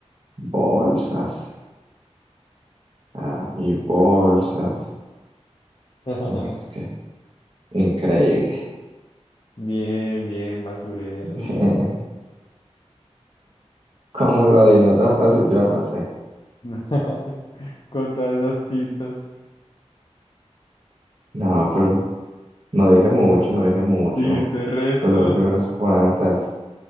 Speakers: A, on the right; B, on the left.
A: bolsas. Ah, y bolsas.
B: <laughs>
A: No, es que increíble.
B: Bien, bien, basurero, bien.
A: <laughs> ¿Cómo lo adivino tan fácil? Yo no sé.
B: <laughs> Con todas esas pistas.
A: No, pero No dije mucho, no dije mucho.
B: ¿Dijiste resto?
A: Solo dije unas cuantas.